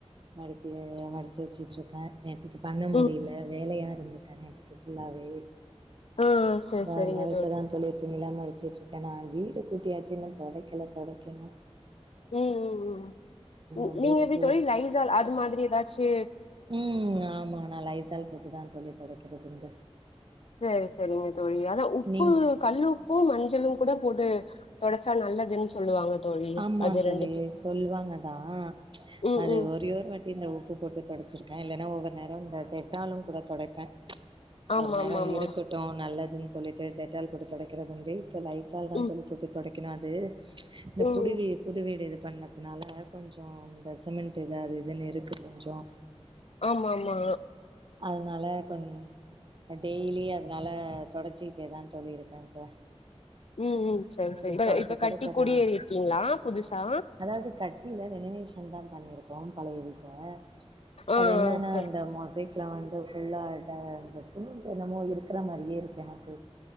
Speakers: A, on the right; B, on the left.
A: மடித்து மடிச்சு வச்சுட்டு இருக்க நேத்திக்கு பண்ண முடியல
B: ம்
A: வேலயா இருந்துட்ட நேத் ஃபுல்லாவே
B: ஆ செரி செரிங்க
A: அதா இப்பதா தோழி துணிலா மடிச்சுட்டுருக்க நா வீடு கூட்டியாச்சு இன்னும் தொடைக்கல தொடைக்கணு
B: ம் ம் ம்
A: அப்டியே
B: நீங்க எப்படி
A: போ
B: தோழி லைசால் அது மாதிரி எதாச்சு
A: உம் ஆமா நா லைசால் போட்டுதா தோழி தொடைக்கிறது இங்க
B: சேரி சுரிங்க தோழி அத உப்பு
A: நீங்
B: கல் உப்பும் மஞ்சளும் கூட போட்டு தொடைச்சா நல்லதுன் சொல்லுவாங்க தோழி
A: ஆமா
B: அது
A: தோழி
B: ரெண்டுக்கு
A: சொல்லுவாங்க தா
B: ம்
A: அது
B: ம்
A: ஒரே ஒரு வாட்டி இந்த உப்பு போட்டு தொடைச்சிருக்கே இல்லனா ஒவ்வொரு நேரம் இந்த டெட்டாலும் கூட தொடைப்பே
B: ஆமா
A: ஒரு நேரம்
B: ஆமா ஆமா
A: இருக்கட்டும் நல்லதுன் சொல்லிட்டு டெட்டால் போட்டு தொடைக்கிறதுண்டு இப்ப லைசால் தா
B: ம்
A: தோழி போட்டு தொடைக்கிற அது இந்த புடிவி
B: ம்
A: புதுவீடு இது பண்ணதுனால கொஞ்சோ இந்த சிமெண்ட் இது அது இதுன்னு இருக்கு கொஞ்சோ
B: ஆமா ஆமா
A: அதனால கொஞ் டெய்லி அதனால தொடச்சிக்கிட்டேதா தோழி இருக்கே இப்ப
B: ம் ம் சரி
A: அது
B: சரி இப்ப
A: தொடைக்க
B: இப்ப கட்டி
A: தொடைக்க
B: குடியேறி
A: தா
B: இருக்கீங்களா புதுசா
A: அதாவது கட்டி இல்ல எலிவேஷன் தான பண்ணிருக்கோம் பழைய வீட்ட
B: ஆ ஆ
A: அது என்னன்ன
B: சரி
A: அந்த மொசைக் ல வந்து ஃபுல்லா ட சிமெண்ட் என்னமோ இருக்குற மாதிரியே இருக்கு எனக்கு